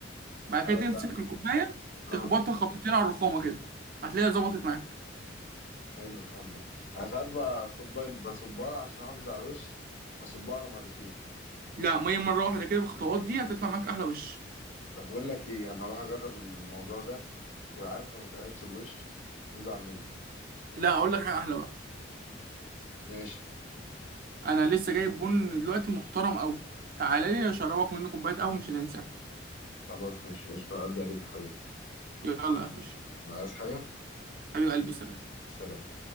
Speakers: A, on the right; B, on the left.
A: بعد
B: انا
A: كده تمسك
B: سا...
A: الكوبايه
B: اه
A: تخبطها خبطتين على الرخامه كده هتلاقيها ظبطت معاك
B: حلو الحوار ده انا ساعات بصب بصبها عشان احافظ على الوش بصبها على مرتين
A: لا ما هي مره واحده كده بالخطوات دي هتطلع معاك احلى وش
B: طب بقول لك ايه انا اروح اجرب الموضوع ده وعارف لو ما طلعتش بوش هتزعل مني
A: لا اقول لك حاجه احلى بقى
B: ماشي
A: انا لسه جايب بن دلوقتي محترم قوي تعالى لي اشربك منه كوبايه قهوه مش هتنساها
B: خلاص ماشي قشطة عدى عليك يا حبيبي
A: يلا يا باشا
B: لا عايز حاجة
A: حبيب قلبي سلام
B: سلام